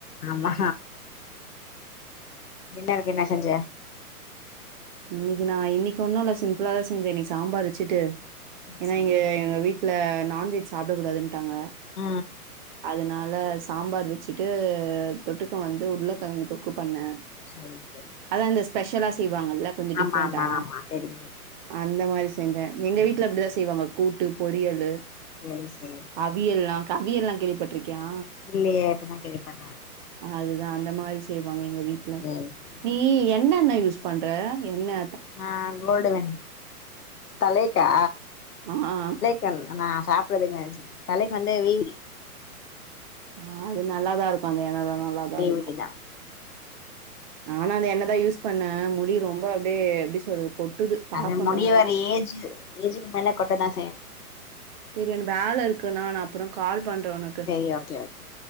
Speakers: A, on the left (about 70°); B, on the right (about 30°).
A: ஆமா டின்ருக்கு என்ன செஞ்ச
B: இன்னிக்கு நான் இன்னிக்கு ஒன்னு இல்ல சிம்பிளாதா செஞ்சே இன்னிக்கு சாம்பார் வச்சுட்டு
A: சேரி
B: ஏன்னா
A: சேரி
B: இங்க எங்க வீட்டு ட்ல நான்வெஜ் சாப்ட கூடாதுன்ட்டாங்க
A: உ
B: அதுனால சாம்பார் வச்சுட்டு தொட்டுக்க வந்து உருளக்கெழங்கு தொக்கு பண்ணே
A: சேரி சேரி
B: அதா இந்த ஸ்பெஷலா செய்வாங்கல்ல கொஞ்சோ டிஃப்ரெண்டா
A: ஆமா ஆமா ஆமா தெரியு
B: அந்த மாரி செஞ்சே எங்க
A: ம்
B: வீட்டுல அப்டிதா செய்வாங்க கூட்டு பொரியலு
A: சேரி சேரி
B: அவியல்லா கவியல் லா கேள்விப்பட்ருக்கியா
A: இல்லயே இப்பதா கேள்வி பட்ற
B: அதுதா அந்த மாரி செய்வாங்க எங்க வீட்ல
A: சேரி சேரி
B: நீ என்ன எண்ணெ யூஸ் பண்ற எண்ணெ
A: ஆ கோல்டுவின் தலைக்கா
B: ஆ ஆ
A: கண் நா சாப்பிறதுக்கு நெனைச்சே தலைக்கு வந்து வீவிலி
B: ஆ அது நல்லாதா இருக்கு அந்த எண்ணலா நல்லாதா
A: பேபிக்கு
B: இருக்கு
A: தா
B: நானு அந்த எண்ணெதா யூஸ் பண்ணே முடி ரொம்ப அப்டே எப்டி சொல்றது கொட்டுது பாக்கணும்னான்ட்டு.
A: அது மொடி வர ஏஜ்ஜு ஏஜுக்கு மேலே கொட்ட தா செய்யு
B: சேரி என் வேல இருக்கு நான் அப்புரோ கால் பண்றே உனக்கு
A: செரி ஓகே ஓகே